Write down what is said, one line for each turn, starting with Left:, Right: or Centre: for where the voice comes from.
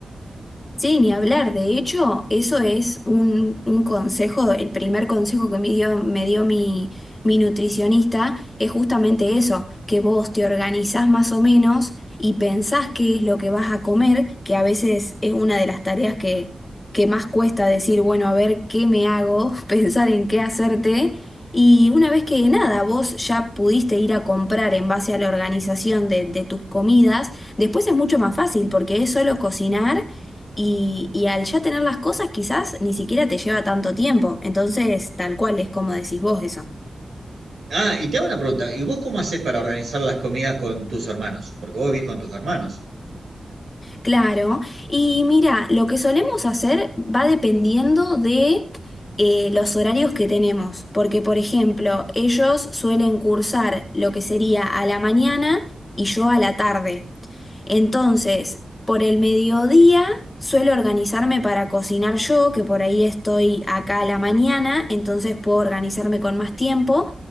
Left: Sí, ni hablar. De hecho, eso es un, un consejo, el primer consejo que me dio, me dio mi, mi nutricionista es justamente eso, que vos te organizás más o menos y pensás qué es lo que vas a comer, que a veces es una de las tareas que, que más cuesta decir, bueno, a ver qué me hago, <laughs> pensar en qué hacerte. Y una vez que nada, vos ya pudiste ir a comprar en base a la organización de, de tus comidas, después es mucho más fácil porque es solo cocinar y, y al ya tener las cosas, quizás ni siquiera te lleva tanto tiempo. Entonces, tal cual es como decís vos eso.
Right: Ah, y te hago una pregunta, ¿y vos cómo haces para organizar las comidas con tus hermanos? Porque vos vivís con tus hermanos.
Left: Claro. Y mira, lo que solemos hacer va dependiendo de eh, los horarios que tenemos. Porque, por ejemplo, ellos suelen cursar lo que sería a la mañana y yo a la tarde. Entonces, por el mediodía suelo organizarme para cocinar yo, que por ahí estoy acá a la mañana, entonces puedo organizarme con más tiempo,